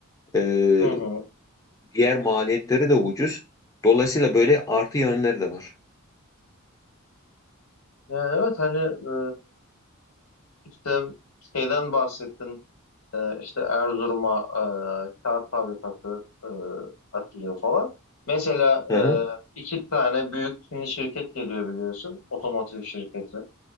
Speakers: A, on the left; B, on the left.
A: Ee,
B: Hı hı.
A: diğer maliyetleri de ucuz. Dolayısıyla böyle artı yönleri de var.
B: Ya evet hani e, işte şeyden bahsettin. E, işte Erzurum'a e, kağıt fabrikası e, açılıyor falan. Mesela
A: Hı hı.
B: e, iki tane büyük Çinli şirket geliyor biliyorsun. Otomotiv şirketi.